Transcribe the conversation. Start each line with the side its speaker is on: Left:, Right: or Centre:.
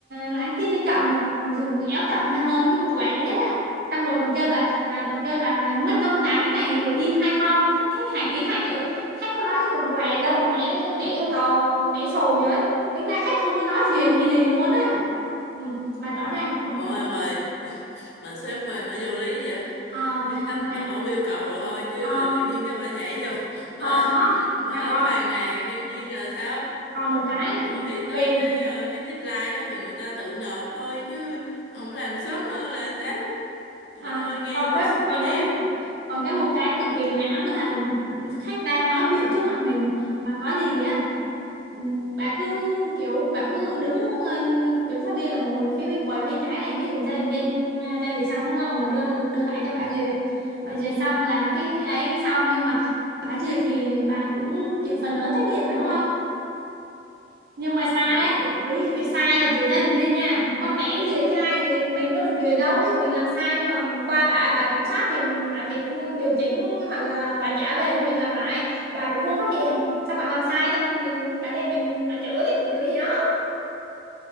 Right: làm cái kia cho chậm rồi mặc dù éo chậm theo hơn cái quần què gì hết á xong rồi còn kêu là à, còn kêu là mất công làm cái này rồi in hai phong khách khách hàng ký hai chữ khách có nói cái quần què đâu mà mẹ mẹ yêu cầu mà mẹ sồn vậy tính ra khách không có nói phiền hay gì luôn á ừ, mà rõ ràng ừ,
Left: Ủa em ơi, mà sếp của em bà vô lý vậy?
Right: ờ
Left: <laughs> Khách
Right: mà
Left: người ta không yêu cầu thôi chứ
Right: ờ
Left: tự nhiên cái bà nhảy vô, <laughs> bà
Right: ờ đó mà
Left: bà
Right: còn
Left: phàn nàn nhân viên là sao?
Right: còn một cái
Left: Ủa thì tới
Right: kỳ
Left: cái ờ, cái deadline đó thì người ta tự nộp thôi chứ không làm sớm hơn là sao? Trời
Right: À,
Left: đất ơi nghe
Right: còn
Left: gì bức
Right: cái
Left: xúc
Right: còn
Left: vậy em?
Right: cái một còn cái một cái cực kỳ hãm là khách đang nói chuyện trước mặt mình mà có gì á ừm, bà cứ kiểu bà cứ đứng ờ, kiểm sát viên là ngồi phía bên quầy bên trái này ví dụ giao dịch viên à, giao dịch xong đúng không là đưa đưa lại cho bà duyệt bà duyệt xong là cái ấy xong nhưng mà bà duyệt thì bà cũng chịu phần lớn trách nhiệm mà đúng không nhưng mà sai
Left: Đúng
Right: á
Left: rồi.
Right: là chửi sai là chửi gia đình viên nha con mẹ duyệt cho ai duyệt mình có được duyệt đâu ví dụ mình làm sai nhưng mà qua bà bà kiểm soát thì bà phải điều chỉnh hoặc là bà trả về cho mình làm lại bà cũng không phát hiện xong bà làm sai xong mình bà để mình bà chửi kiểu kiểu gì đó